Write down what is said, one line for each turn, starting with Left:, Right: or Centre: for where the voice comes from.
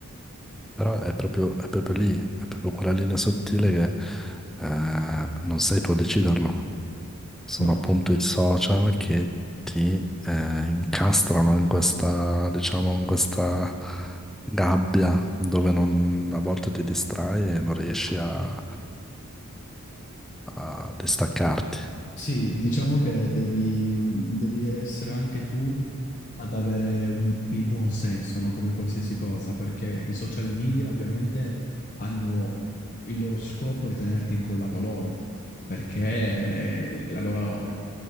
Centre: Però è proprio, è proprio lì, è proprio quella linea sottile che eh, non sei tu a deciderlo. sono
Left: No,
Centre: appunto i social che ti eh, incastrano in questa, diciamo, in questa gabbia dove non- a volte ti distrai e non riesci a, a distaccarti.
Left: sì, diciamo che devi, devi essere anche tu ad avere un- il buon senso, no? Come in qualsiasi cosa, perché i social media ovviamente hanno il loro scopo è tenerti incollato a loro, perché la loro,